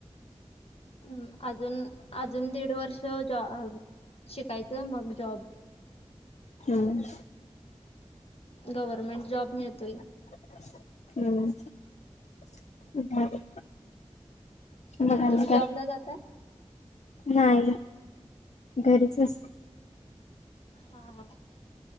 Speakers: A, on the left; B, on the left.
A: हम्म अजून अजून दीड वर्ष जॉ शिकायचं मग जॉब.
B: हम्म.
A: गव्हर्नमेंट जॉब मिळतोय.
B: हम्म हम्म, ढाले. मग
A: तुम्ही
B: आज
A: जॉबला
B: काय?
A: जाताय
B: नाय घरीच अस
A: हा हा